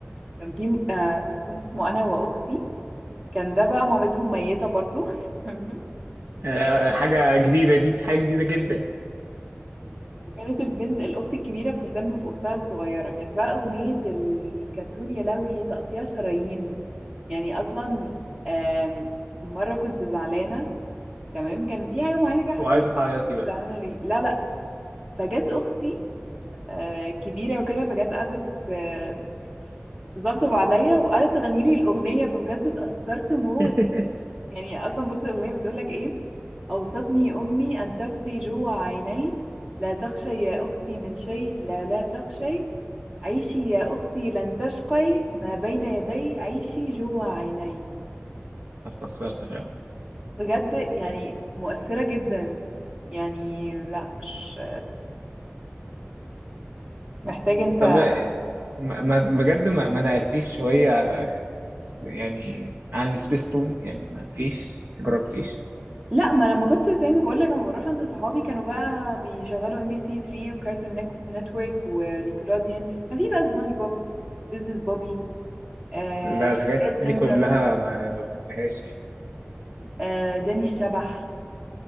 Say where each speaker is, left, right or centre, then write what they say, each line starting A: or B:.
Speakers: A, on the right (about 20°); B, on the right (about 60°).
A: كان في م- آه، كرتون اسمه أنا وأختي كان ده بقى مامتهم ميتة برضو <laughs>
B: أنا- حاجة جديدة دي حاجة جديدة جدا
A: كانت البنت الأخت الكبيرة بتهتم بأختها الصغيرة كانت بقى أغنية الكرتون يا لهوي تقطيع شرايين يعني أصلا آم، مرة كنت زعلانة تمام كان في حاجة معينة كده حصلت
B: وعايز
A: لي،
B: تعيطي
A: مش فاكرة كنت
B: بقى
A: زعلانة ليه لا لا فجت أختي آه، كبيرة وكده فجت قعدت آه، تطبطب عليا وقعدت تغني لي الأغنية فبجد اتأثرت موت
B: <laughs>
A: يعني اصلا بص الاغنيه بتقول لك ايه اوصتني امي ان تبقي جوع عيني لا تخشي يا اختي من شيء لا لا تخشي عيشي يا اختي لن تشقي ما بين يدي عيشي جوع عيني
B: اتأثرت فعلا
A: بجد يعني مؤثره جدا يعني لا مش محتاج انت
B: طب ما ما- بجد ما, ما نقلتيش شوية على يعني عن سبيستون يعني ما فيش جربتيش
A: لا ما لما كنت زي ما بقول لك لما بروح عند صحابي كانوا بقى بيشغلوا ام بي سي 3 وكارتون نيك- نتورك ونيكلوديان كان في بقى سبونج بوب بسبس بوبي آه
B: لا
A: حكايات
B: الحاجات دي
A: جينجر
B: كلها ما, ما بحبهاش يعني
A: آه داني الشبح